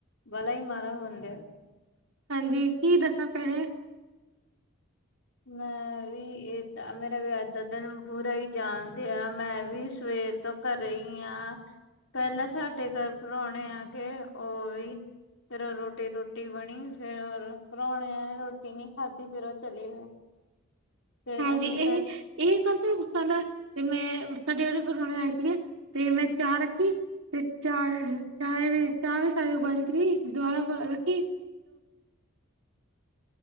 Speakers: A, on the left; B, on the right.
A: ਵਾਲਾ ਹੀ ਮਾੜਾ ਹੋਣ ਡ
B: ਹਾਂਜੀ। ਕੀ ਦੱਸਾਂ ਭੈਣੇ।
A: ਮੈਂ ਵੀ ਇਦਾ ਮੇਰਾ ਵੀ ਅੱਜ ਦਾ ਦਿਨ ਬੁਰਾ ਹੀ ਜਾਣਦੇ ਆ ਮੈਂ ਵੀ ਸਵੇਰ ਤੋਂ ਘਰੇ ਆ ਪਹਿਲਾਂ ਸਾਡੇ ਘਰ ਪ੍ਰਾਹਣੇ ਆਗੇ ਉਹ ਵੀ। ਫੇਰ ਉਹ ਰੋਟੀ ਰੋਟੀ ਬਣੀ ਫੇਰ ਪ੍ਰੁਣੇਆਂ ਨੇ ਰੋਟੀਨੀ ਖਾਧੀ ਫੇਰ ਉਹ ਚਲੇ ਗਏ ਫੇਰ
B: ਹਾਂਜੀ।
A: ਅਸੀਂ
B: ਇਹ
A: ਬੈਠ
B: ਇਹ ਗੱਲ ਤਾਂ ਸਾਡਾ ਤੇ ਮੈਂ ਸਾਡੇ ਉਹੜੇ ਪ੍ਰੁਣੇ ਆਏ ਸੀਗੇ ਤੇ ਮੈਂ ਚਾ ਰੱਖੀ। ਤੇ ਚਾਹ ਚਾਹ ਵੀ ਚਾਹ ਵੀ ਸਾਰੀ ਉਬਲ ਗਈ ਤੇ ਦੁਬਾਰਾ ਰੱਖੀ। <inaudible>